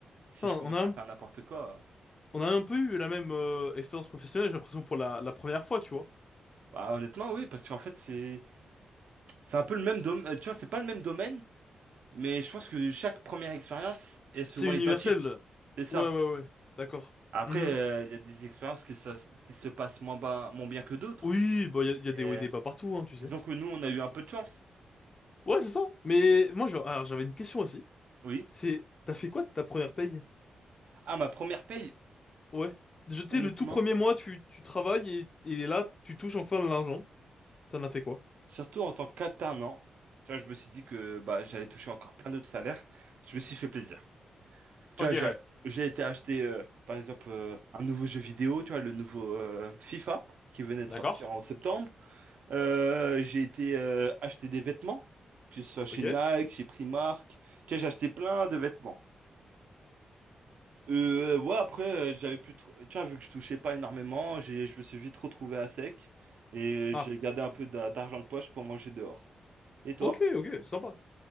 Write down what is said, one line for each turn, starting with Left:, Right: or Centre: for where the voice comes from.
Right: si
Left: Putain,
Right: je commence
Left: on a,
Right: à
Left: un-
Right: faire n'importe quoi, euh,
Left: on a un peu eu la même euh, expérience professionnelle, j'ai l'impression, pour la, la première fois, tu vois.
Right: bah, honnêtement, oui, parce qu'en fait, c'est c'est un peu le même domaine, tu vois, c'est pas le même domaine, mais je pense que chaque première expérience est souvent
Left: C'est universel.
Right: identique. C'est ça.
Left: Ouais, ouais, ouais. D'accord.
Right: Après,
Left: Mhm.
Right: euh, il y a des expériences qui se, qui se passent moins, bas- moins bien que d'autres.
Left: Oui, bah, il y a, y
Right: Et,
Left: a des
Right: euh,
Left: hauts et des bas partout, hein, tu sais.
Right: disons que nous, on a eu un peu de chance.
Left: Ouais, c'est ça. Mais moi, genre, alors, j'avais une question aussi.
Right: Oui.
Left: C'est, t'as fait quoi de ta première paye?
Right: Ah, ma première paye,
Left: Ouais. Je tu
Right: honnêtement.
Left: sais, le tout premier mois, tu, tu travailles et, et là, tu touches enfin de l'argent. T'en as fait quoi?
Right: Surtout en tant qu'alternant, tu vois, je me suis dit que bah, j'allais toucher encore plein d'autres salaires. Je me suis fait plaisir. Tu
Left: Ok,
Right: vois, j'ai
Left: ouais.
Right: j'ai été acheter, euh, par exemple, euh, un nouveau jeu vidéo, tu vois, le nouveau euh, FIFA, qui venait de
Left: D'accord.
Right: sortir en septembre. Euh, j'ai été euh, acheter des vêtements, que ce soit chez
Left: Ok.
Right: Nike, chez Primark. Tu vois, j'ai acheté plein de vêtements. Euh, ouais, après, euh, j'avais plus trop... Tu vois, vu que je touchais pas énormément, j'ai, je me suis vite retrouvé à sec. Et
Left: Ah,
Right: j'ai gardé un peu d'a- d'argent de poche pour manger dehors. Et toi?
Left: ok, ok, sympa.